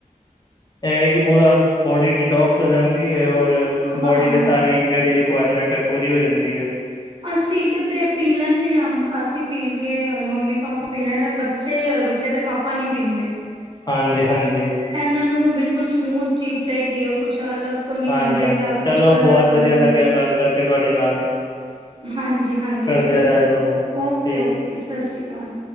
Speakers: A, on the left; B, on the right.
A: ਐ ਏ ਕਿ ਪੂਰਾ ਬੋਡੀ ਡਿਟੋਕਸ ਹੋ ਜਾਂਦੀ ਹੈ ਔਰ ਬੋਡੀ
B: ਹਾਂ।
A: ਤੇ ਸਾਰੀ ਜਿਹੜੀ ਰਿਕੁਵਾਇਰਮੈਂਟ ਹੈ ਪੂਰੀ ਹੋ ਜਾਂਦੀ ਹੈ।
B: ਅਸੀਂ ਕਿਤੇ ਪੀ ਲੈਨੇ ਆ, ਅਸੀਂ ਪੀ ਲਈਏ, ਮੰਮੀ ਪਾਪਾ ਪੀ ਲੈਂਦੇ ਹਾਂ ਬ ਬੱਚੇ ਔਰ ਬੱਚਿਆਂ ਦੇ ਪਾਪਾ ਨਹੀ ਪੀਂਦੇ।
A: ਹਾਂਜੀ, ਹਾਂਜੀ।
B: ਇਹਨਾਂ ਨੂੰ ਬਿਲਕੁਲ ਸਮੂਥ ਚੀਜ਼ ਚਾਹੀਦੀ ਹੈ ਕੁਛ ਅਲੱਗ ਤੋਂ ਨਹੀਂ
A: ਹਾਂਜੀ,
B: ਹੋਣਾ ਚਾਹੀਦਾ
A: ਹਾਂਜੀ
B: ਕੁਛ
A: ਚਲੋ
B: ਕਲਰ
A: ਬਹੁਤ
B: ਵਲਰ
A: ਵਧੀਆ ਲੱਗਿਆ ਗੱਲ ਕਰਕੇ ਤੁਹਾਡੇ ਨਾਲ।
B: ਹਾਂਜੀ, ਹਾਂਜੀ
A: ਕਰਦਿਆਂ
B: ਚਲੋ
A: ਰਿਹਾ ਕਰੋ ਕੋਲ ਠੀਕ
B: ਓਕੇ-ਓਕੇ ਸਤਿ ਸ਼੍ਰੀ ਅਕਾਲ।